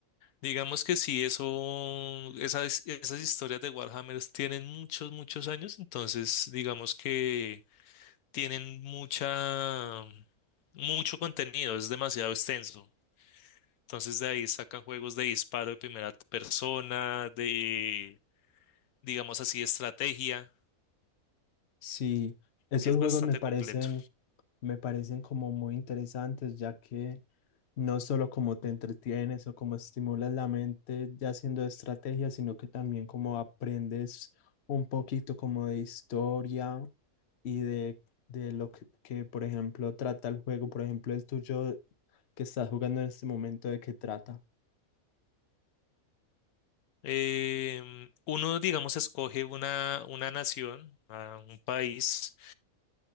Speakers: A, on the left; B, on the left.
A: digamos que sí, eso, esas, esas historias de Warhammer tienen muchos, muchos años, entonces digamos que tienen mucha, mucho contenido, es demasiado extenso. Entonces de ahí sacan juegos de disparo de primera persona, de, digamos así, estrategia.
B: Sí, esos
A: Es
B: juegos
A: bastante
B: me parecen,
A: completo.
B: me parecen como muy interesantes, ya que No solo como te entretienes o como estimulas la mente ya haciendo estrategias, sino que también como aprendes un poquito como de historia y de, de lo que, que, por ejemplo, trata el juego. Por ejemplo, el tuyo que estás jugando en este momento, ¿de qué trata?
A: Em, uno, digamos, escoge una, una nación, a un país.